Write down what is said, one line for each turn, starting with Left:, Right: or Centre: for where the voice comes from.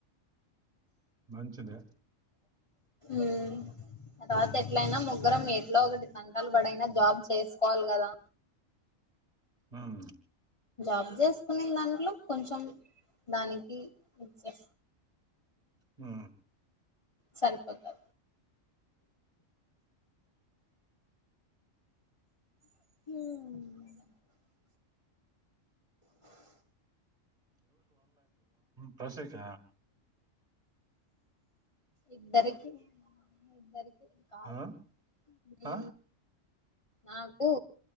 Right: మంచిదె
Left: ఉ ఆ తర్వాత ఎట్లయినా ముగ్గురం ఎట్లో ఒకటి తంటాలు పడయినా జాబ్ చేసుకోవాలి కదా
Right: ఆవును
Left: జాబ్ చేసుకునే దాంట్లో కొంచెం దానికి ఇచ్చే
Right: ఆ
Left: సరిపోతాది హుమ్
Right: బస్ ఎక్క
Left: ఇద్దరికి ఇద్దరికి కాదు
Right: ఆ!
Left: ఊ
Right: ఆ!
Left: నాకు